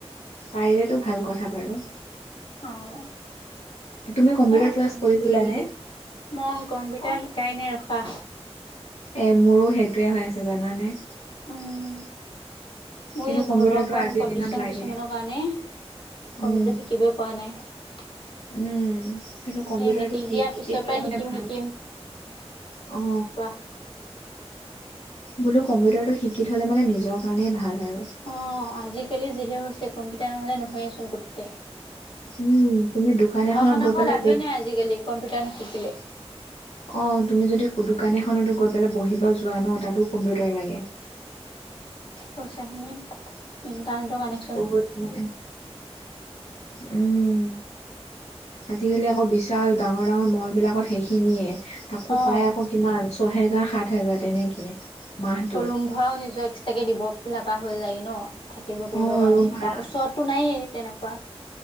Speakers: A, on the left; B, on the left.
A: পাৰিলেটো ভাল কথা বাৰু।
B: অহ,
A: তুমি কম্পিউটাৰ
B: এয়া
A: ক্লাছ
B: ফোন
A: কৰিছিলানে
B: কৰি মেলি। মোক কম্পিউটাৰ
A: অ
B: শিকাই নাই ৰখা।
A: এ মোৰো সেইটোৱে হৈ আছে জানানে?
B: উম। মোৰ
A: কিন্তু কম্পিউটাৰটো
B: ঘৰৰ অকন
A: আজিৰ
B: কডিচন
A: দিনত লাগে
B: কিছুমানৰ কাৰণে কম্পিউটাৰটো
A: উম
B: শিকিবই পৰা নাই।
A: উম, কিন্তু কম্পিউটাৰটো
B: সেই মেট্ৰিক
A: কি
B: দিয়াৰ
A: শিকি
B: পিছৰ
A: থলে
B: পৰাই শিকিম
A: মানে ভাল।
B: শিকিম
A: অহ।
B: কোৱা
A: বোলো কম্পিউটাৰটো শিকি থলে মানে নিজৰ কাৰণেই ভাল আৰু।
B: অহ, আজিকালি যিহে হৈছে, কম্পিউটাৰ নহ'লে নহয়েচোন কতোতে।
A: উম তুমি দোকান
B: পঢ়া
A: এখনত
B: শুনা
A: গৈ
B: একো
A: পেলাই
B: লাভেই নাই আজিকালি কম্পিউটাৰ নিশিকিলে।
A: অহ, তুমি যদি দোকান এখনতো গৈ পেলাই বহিব যোৱা ন' তাতো কম্পিউটাৰ লাগে।
B: কৈছা হেনে ইণ্টাৰনেটৰ কানেকট
A: বহুত মানে উম। আজিকালি আকৌ বিশাল ডাঙৰ-ডাঙৰ মলবিলাকত সেইখিনিয়ে। আকৌ
B: অ
A: পাই আকৌ কিমান, ছয় হেজাৰ সাত হেজাৰ তেনেকে। মাহটোত
B: আকৌ ৰুম ভাৰাও নিজৰ এক্সট্ৰাকে দিব লগা হৈ যায়গে ন'। থাকিব কৰিবৰ
A: অ
B: কাৰণে,
A: ৰুম ভাড়া
B: কাৰণ ওচৰতটো নায়েই তেনেকুৱা।